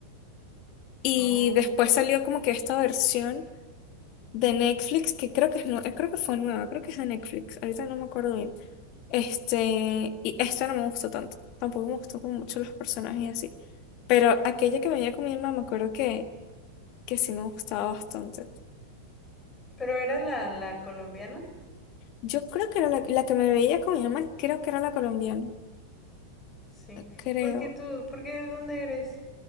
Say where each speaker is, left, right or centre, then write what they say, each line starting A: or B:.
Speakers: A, on the left; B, on the left.
A: Y
B: Oh.
A: después salió como que esta versión. de Netflix, que creo que es nue- creo que fue nueva, creo que es de Netflix, ahorita no me acuerdo bien. Este, y esta no me gustó tanto, tampoco me gustó como mucho los personajes y así. Pero aquella que me veía con mi mamá, me acuerdo que, que sí me gustaba bastante.
B: ¿Pero era la, la colombiana?
A: Yo creo que era la, la que me veía con mi mamá, creo que era la colombiana,
B: Sí.
A: creo.
B: ¿Por qué tú, por qué de dónde eres?